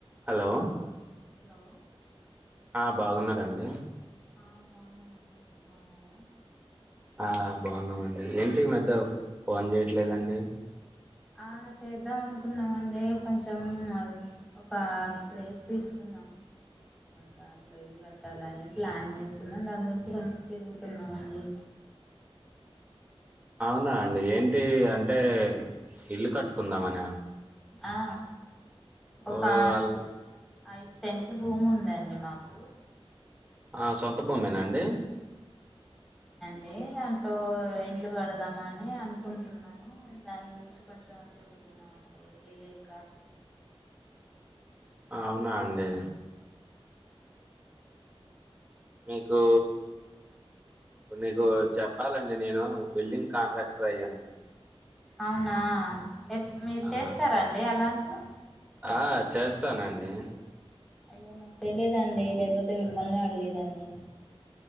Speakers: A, on the right; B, in the centre.
A: హలో
B: హలో
A: ఆ బాగున్నార అండి
B: ఆ బాగున్నామండి మీరు బాగున్నారా
A: ఆ బాగున్నామండి ఏంటి ఈ మధ్య ఫోన్ చేయట్లేదండి
B: ఆ చేద్దాం అనుకున్నామండి కొంచెం అవ్ ఒక ప్లేస్ తీసుకు దాంట్లో వెళ్ళి కట్టాలని ప్లాన్ చేస్తున్నాం దాని గురించి కొంచెం తిరుగుతున్నామన్డి
A: అవునా అండి ఏంటి అంటే ఇల్లు కట్టుకుందామనా
B: ఆ ఒకా
A: ఓ అల్
B: ఐదు సెంట్ల భూమి ఉందండి మాకు
A: ఆ సొంత భూమేనా అండి
B: అంటే దాంట్లో ఇంలు కడదాం అని అనుకుంటున్నాము దాని గురించి కొంచెం తిరుగు అవ్న్లే తెలీక
A: అవునా అండి మీకు ఊ నీకు చెప్పాలండి నేను బిల్డింగ్ కాంట్రాక్టర్ అయ్యానండి
B: అవునా ఎప్ మీరు
A: ఆ
B: చేస్తారా అండి అలాంటివి
A: ఆ చేస్తానండి
B: అయ్యో నాకు తెలిదండి లేకపోతే మిమ్మల్ని అడిగేదాన్ని